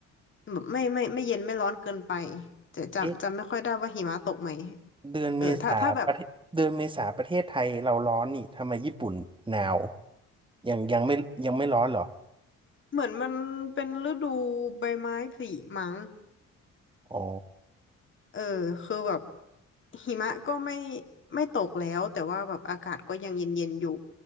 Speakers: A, on the left; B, on the right.
A: แบบไม่ไม่ไม่เย็นไม่ร้อนเกินไปจะจำจำไม่ค่อยได้ว่าหิมะตกไหม
B: เอ๊ะเดือนเมษาประเทศเดือนเมษาประเทศไทยเราร้อนนี่ทำไมญี่ปุ่นหนาว
A: เออถ้าถ้าแบบ
B: ยังยังไม่ยังไม่ร้อนเหรอ
A: เหมือนมันเป็นฤดูใบไม้ผลิมั้ง
B: อ๋อ
A: เออคือแบบหิมะก็ไม่ไม่ตกแล้วแต่ว่าแบบอากาศก็ยังเย็นๆอยู่